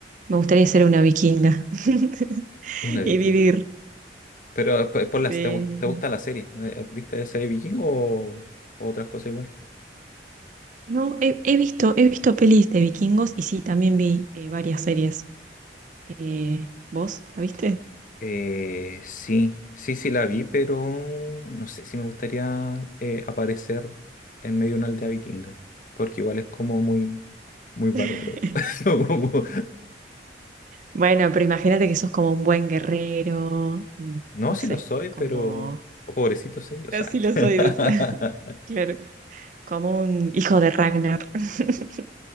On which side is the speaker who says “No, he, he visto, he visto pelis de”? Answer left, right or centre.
Right